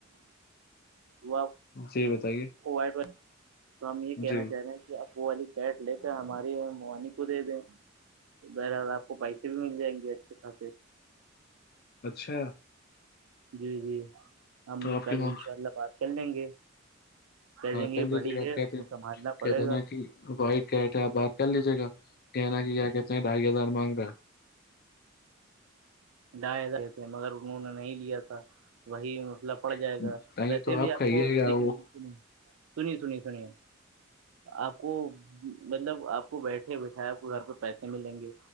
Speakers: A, on the right; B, on the left.
A: وہ
B: جی بتائیے
A: وائٹ و تو ہم یہ کہنا
B: جی
A: چاہ رہے ہیں کہ اب وہ والی کیٹ لے کر ہماری موانی کو دے دیں تو بہرحصال آپ کو پیسے بھی مل جائیں گے اچھے خھصے
B: اچھا
A: جی جی ہم
B: تو آپ
A: کل
B: کی ماں
A: انشاء اللہ بات کر لیں گے کہہ
B: ہاں
A: دیں گے
B: کر
A: یہ
B: لیجے
A: بڑی
B: گا
A: ہے
B: کہتے
A: اس کو سنبھالنا پڑے
B: کہتے
A: گا
B: نا کہ وائٹ کہ تھے آپ بات کر لیجیے گا کہ نا کہ کیا کہتے ہیں ڈھائی ہزار مانگا ہے
A: ڈھائی ہزار تھے مگر انہوں نے نہیں لیا تھا وہی مطلب پڑ جائے
B: ہے
A: گا
B: نہیں
A: ویسے
B: تو
A: بھی آپ
B: کھائیے
A: کو
B: گا
A: سنیے
B: وہ
A: سنی سنیے آپ کو مطلب آپ کو بیٹھے بیٹھائے آپ کو گھر پہ پیسے ملیں گے